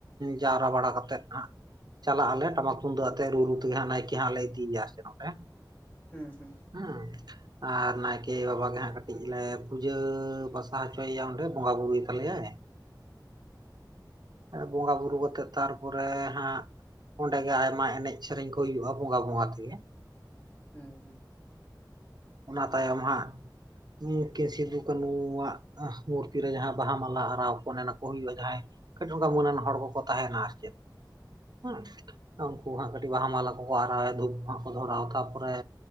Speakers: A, on the right (about 65°); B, on the left (about 25°).
A: ᱡᱟᱣᱨᱟ ᱵᱟᱲᱟ ᱠᱟᱛᱮᱜ ᱦᱟᱸᱜ ᱪᱟᱞᱟᱜ ᱟᱞᱮ ᱴᱟᱢᱟᱠ ᱛᱩᱢ ᱫᱟᱜ ᱟᱛᱮ ᱨᱩ ᱨᱩ ᱛᱮᱜᱮ ᱦᱟᱸᱜ ᱱᱟᱭᱠᱮ ᱦᱟᱸᱜ ᱞᱮ ᱤᱫᱤᱭᱮᱭᱟ ᱥᱮ ᱱᱚᱸᱰᱮ᱾
B: ᱦᱩ ᱦᱩ᱾
A: ᱦᱩᱸ᱾ ᱟᱨ ᱱᱟᱭᱠᱮ ᱵᱟᱵᱟ ᱜᱮ ᱦᱟᱸᱜ ᱠᱟᱹᱴᱤᱡ ᱞᱮ ᱯᱩᱡᱟᱹ ᱯᱟᱥᱟ ᱦᱚᱪᱚᱭᱮᱭᱟ ᱚᱸᱰᱮ ᱵᱚᱸᱜᱟ ᱵᱩᱨᱩᱭ ᱛᱟᱞᱮᱟᱭ ᱦᱮᱸ ᱵᱚᱸᱜᱟ ᱵᱩᱨᱩ ᱠᱟᱛᱮᱜ ᱛᱟᱨᱯᱚᱨᱮ ᱦᱟᱸᱜ ᱚᱸᱰᱮ ᱜᱮ ᱟᱭᱢᱟ ᱮᱱᱮᱡ ᱥᱮᱨᱮᱧ ᱠᱚ ᱦᱩᱭᱩᱜᱼᱟ ᱵᱚᱸᱜᱟ ᱵᱚᱸᱜᱟ ᱛᱮᱜᱮ ᱦᱮᱸ᱾
B: ᱦᱩᱸ ᱦᱩᱸ
A: ᱚᱱᱟ ᱛᱟᱭᱚᱢ ᱦᱟᱸᱜ ᱜᱚᱢᱠᱮ ᱥᱤᱫᱩ ᱠᱟᱹᱱᱩᱣᱟᱜ ᱢᱩᱨᱛᱤ ᱨᱮ ᱡᱟᱦᱟᱸ ᱵᱟᱦᱟ ᱢᱟᱞᱟ ᱟᱨᱟᱣ ᱠᱚ ᱚᱱᱮ ᱟᱱᱟ ᱠᱚ ᱦᱩᱭᱩᱜᱼᱟ ᱡᱟᱦᱟᱸᱭ ᱠᱟᱹᱴᱤᱡ ᱚᱱᱠᱟ ᱢᱟᱹᱱ ᱟᱱ ᱦᱚᱲ ᱠᱚᱠᱚ ᱛᱟᱦᱮᱱᱟ ᱟᱨ ᱪᱮᱫ ᱦᱩᱸ ᱩᱱᱠᱩ ᱦᱟᱸᱜ ᱠᱟᱹᱴᱤᱡ ᱵᱟᱦᱟ ᱢᱟᱞᱟ ᱠᱚᱠᱚ ᱟᱨᱟᱣᱭᱟ ᱫᱷᱩᱯ ᱦᱟᱸᱜ ᱠᱚ ᱫᱷᱚᱨᱟᱣᱟ ᱛᱟᱯᱚᱨᱮ